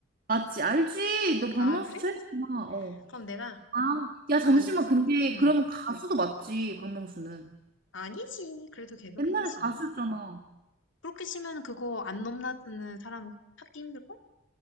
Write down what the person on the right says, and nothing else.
맞지? 알지? 너 박명수
최애구나. 어.
아, 야, 잠시만.
근데
그러면 가수도 맞지, 박명수는.
옛날에 가수였잖아.